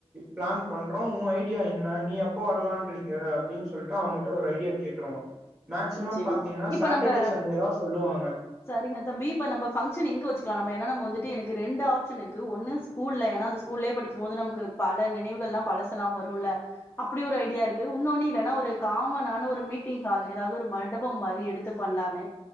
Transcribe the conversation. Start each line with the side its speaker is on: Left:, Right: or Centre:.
Right: ப்ளான் பண்றோ ஊ ஐடியா என்ன நீ எப்ப வர்லான்ருக்க அப்டின் சொல்ட்டு அவுங்கட்ட ஒரு ஐடியா கேட்ருவோ மேக்சிமம்
Left: நிச்சயமா
Right: பாத்தீங்கனா
Left: இப்ப
Right: சாட்டர்டே
Left: நம்ம
Right: சண்டே தா சொல்லுவாங்க
Left: சரிங்க தம்பி இப்ப நம்ப பங்க்ஷன எங்க வெச்சுக்லா நம்ப ஏனா நம்ம வந்துட்டு எனக்கு ரெண்டு ஆப்ஷன் இருக்கு ஒன்னு ஸ்கூல்ல ஏனா அந்த ஸ்கூல்லயே படிக்கும்போது நமக்கு பல நினைவுகள்லா பழசெலா வருல்ல அப்பிடி ஒரு ஐடியா இருக்கு உன்னொனு இல்லனா ஒரு காமனான ஒரு மீட்டிங் ஹால் ஏதாது ஒரு மண்டபம் மாரி எடுத்து பண்லானு